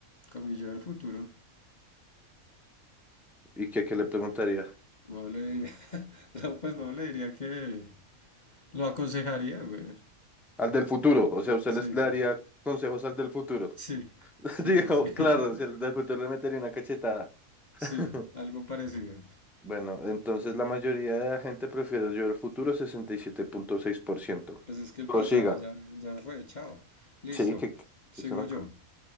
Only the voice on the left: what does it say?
Con mi yo del futuro.
No le, <laughs> no, pues no le diría que lo aconsejaría, güey.
Sí,
sí.
Sí,
sí,
sí, sí. <laughs>
Sí, algo parecido.
Pues es que el
pasado ya, ya fue. Chao. Listo.
Sigo
yo.